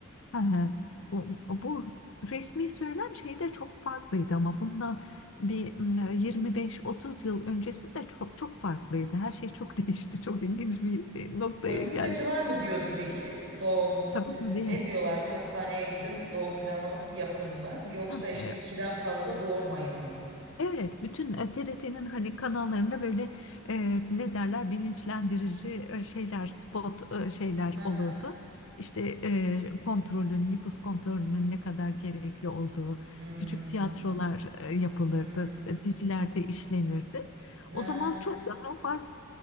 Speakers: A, on the left; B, on the right.
A: Hı hı. O, o- bu resmi söylem şeyi de çok farklıydı ama bundan bir m, 25-30 yıl öncesi de çok çok farklıydı. Her şey çok <laughs> değişti. Çok ilginç bir e, noktaya
B: Politikacılar
A: geldim.
B: mı diyordu peki? Doğum
A: Tabii
B: e,
A: tabii.
B: ne diyorlardı? Hastaneye gidin doğum planlaması yapın mı? Yoksa
A: Tam,
B: işte
A: e,
B: ikiden fazla doğurmayın mı?
A: Evet, bütün e, T. R. T.'nin hani kanallarında böyle e, ne derler bilinçlendirici e, şeyler, spot e, şeyler
B: Hı
A: olurdu.
B: hı.
A: İşte e, kontrolün, nüfus kontrolünün ne kadar gerekli olduğu,
B: Hmm.
A: küçük tiyatrolar e, yapılırdı,
B: Hmm.
A: e, dizilerde işlenirdi.
B: Ha.
A: O zaman çok daha farklı